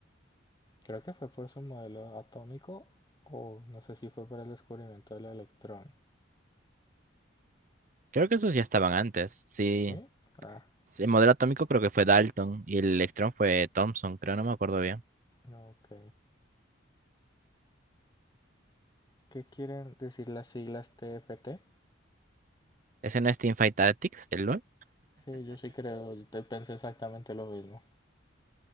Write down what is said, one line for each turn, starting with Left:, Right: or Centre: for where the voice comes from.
Left: Creo que fue por su modelo atómico o no sé si fue por el descubrimiento del electrón.
Right: Creo que esos ya estaban antes. Sí.
Left: ¿Sí? Ah,
Right: Sí, El modelo atómico creo que fue Dalton y el electrón fue Thomson, creo, no me acuerdo bien.
Left: Ok. ¿Qué quieren decir las siglas T F T?
Right: ¿Ese no es Teamfight Tactics del LoL?
Left: Sí, yo sí creo, yo te pensé exactamente lo mismo.